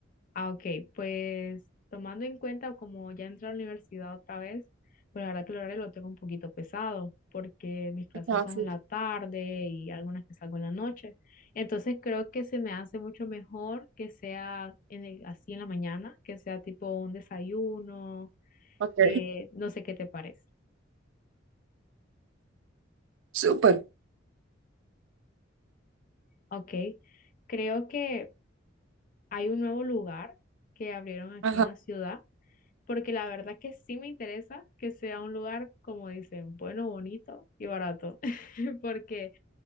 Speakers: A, on the left (about 45°); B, on the right (about 70°).
A: Ah, ok, pues tomando en cuenta como ya entré a la universidad otra vez, pues la verdad que el horario lo tengo un poquito pesado porque mis clases
B: Ajá,
A: son
B: sí.
A: en la tarde y algunas que salgo en la noche. Entonces creo que se me hace mucho mejor que sea en el- así en la mañana, que sea tipo un desayuno,
B: Ok.
A: eh, no sé qué te parece.
B: Súper.
A: Ok, creo que... hay un nuevo lugar que abrieron aquí
B: Ajá.
A: en la ciudad, porque la verdad que sí me interesa que sea un lugar, como dicen, bueno, bonito y barato, <laughs> porque